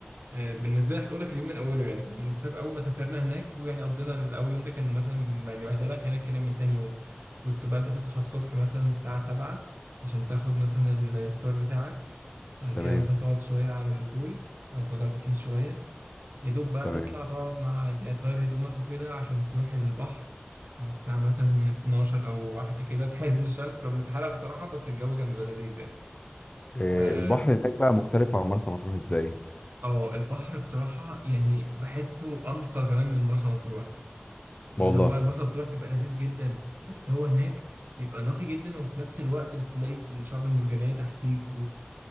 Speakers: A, on the right (about 65°); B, on the left (about 30°).
A: آه، بالنسبه لي هقول لك اليوم من اوله يعني كنا مسافر اول ما سافرنا هناك ويعني قضينا الاول يوم ده كان مثلا يعني واحده لك هناك كلام من تاني يوم كنت بقى انت تصحى الصبح مثلا الساعه 7 عشان تاخد مثلا الفطار بتاعك بعد كده
B: تمام
A: مثلا تقعد شويه على البول او تقعد على البسين شويه يا دوب بقى
B: تمام
A: تطلع تقعد مع يعني تغير هدومك وكده عشان تروح البحر على الساعه مثلا 12 او واحده كده في عز الشمس كنا بنتحرق بصراحه بس الجو كان بيبقى لذيذ
B: إيه
A: يعني
B: البحر هناك بقى مختلف عن مرسى مطروح ازاي
A: اه البحر بصراحة يعني بحسه أنقى كمان من مرسى مطروح اللي
B: والله
A: هو مرسى مطروح بيبقى لذيذ جدا بس هو هناك بيبقى نقي جدا وفي نفس الوقت بتلاقي الشعب المرجانية تحتيك